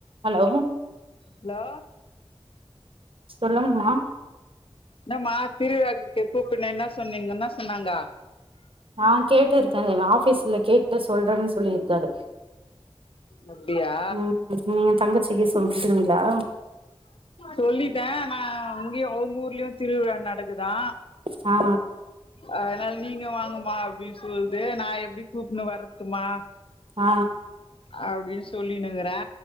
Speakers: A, on the right; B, on the left.
A: hello
B: hello
A: சொல்லுங்கமா
B: என்னம்மா திருவிழாக்கு கூப்பினே என்ன சொன்னீங்க என்ன சொன்னாங்க
A: ஆ கேட்டுருக்கேன் ஆபீஸ்ல கேட்டு சொல்றேன்னு சொல்லியிருக்காரு
B: அப்டியா
A: ம் நீங்க தங்கச்சிக்கி சொல்லிடிங்களா
B: சொல்லிட்டே நா இங்கேயு அவங்க ஊர்லயு திருவிழா நடக்குதா
A: ஆ
B: அதனால நீங்க வாங்கமா அப்டின்னு சொல்லுது நா எப்டி கூப்புன்னு வரதுமா
A: ஆ
B: அப்டின்னு சொல்லினுங்குறே